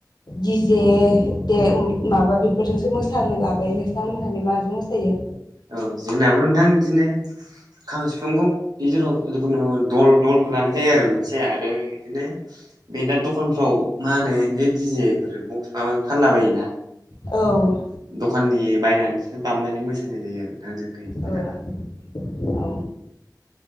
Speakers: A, on the left; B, on the right.
A: दिजे दे उम माबा बेफोरजोंसो मोसानो लाबाय नोंसां होननानै माजों मोसायो?
B: औ जोंनाबो नोंथां बिदिनो खाम सिफुंखौ इदेराव जिखुनु दल दलखौ लानाय जायो आरो मोनसे आरो बिदिनो बे दा दखानफ्राव मा होनो बि दिजेफोर बक्स माब फानला बायोना।
A: औ।
B: दखाननि बायनानैसो दामनानै मोसानाय जायो आरो नोंथां। जोंखैबो
A: औ
B: दाना।
A: औ